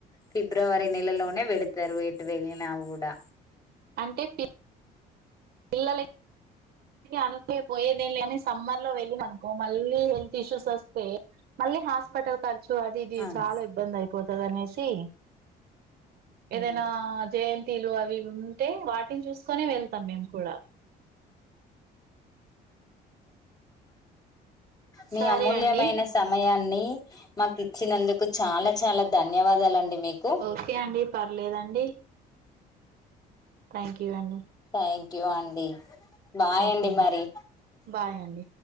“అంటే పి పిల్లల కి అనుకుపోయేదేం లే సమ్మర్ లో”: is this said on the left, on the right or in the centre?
Right